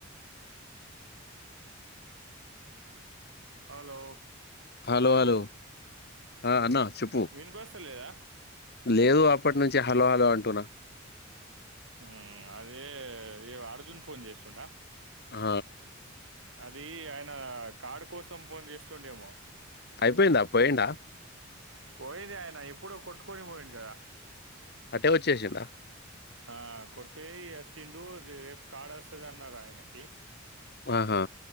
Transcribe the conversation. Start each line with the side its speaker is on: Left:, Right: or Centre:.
Right: hello
Left: hello
Right: అరు
Left: హలో ఆ అన్న చెప్పు
Right: వినబడస్తలేదా
Left: లేదు అప్పటి నుంచి హలో హలో అంటున్నా
Right: ఊ అదే ఈ అర్జున్ ఫోన్ చేస్తుండా
Left: ఆ
Right: అదీ ఆయన కార్డు కోసం ఫోన్ చేస్తుండేమో
Left: అయిపోయిందా పొయిండా
Right: పోయింది ఆయన ఎప్పుడో కొట్టుకొని పోయిండు గదా
Left: అట్టే వచ్చేసిండా
Right: ఆ కొట్టే ఒచ్చిండు రేపు కార్డ్ ఒస్తది అన్నారు ఆయనకి
Left: ఆహా